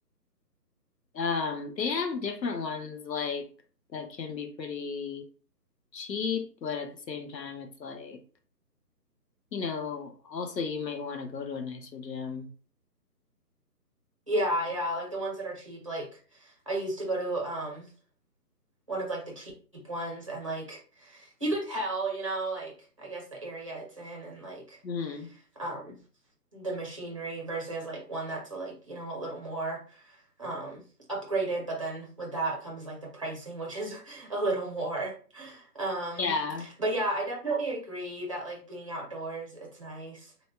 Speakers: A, on the left; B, on the right.
A: Um, they have different ones like that can be pretty cheap, but at the same time it's like, you know, also you might want to go to a nicer gym.
B: Yeah, yeah, like the ones that are cheap. Like I used to go to um one of like the cheap ones and like you could tell, you know, like I guess the area it's in and like
A: Mm.
B: um the machinery versus like one that's like, you know, a little more um upgraded, but then with that comes like the pricing, which is <laughs> a little more. Um
A: Yeah.
B: but yeah, I definitely agree that like being outdoors, it's nice.